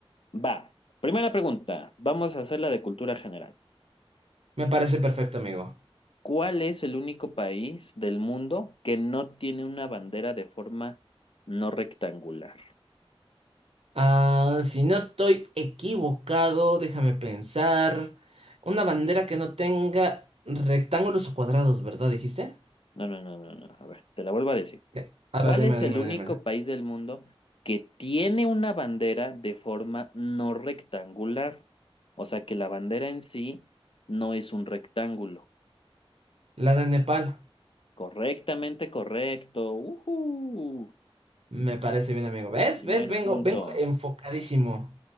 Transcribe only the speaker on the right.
Me parece perfecto, amigo.
Ah, si no estoy equivocado, déjame pensar. Una bandera que no tenga rectángulos o cuadrados, ¿verdad? ¿Dijiste?
Eh,
A ver, dímela,
dímela,
dímela.
La de Nepal.
Me parece bien, amigo. ¿Ves?
¿Ves? Vengo,
vengo enfocadísimo.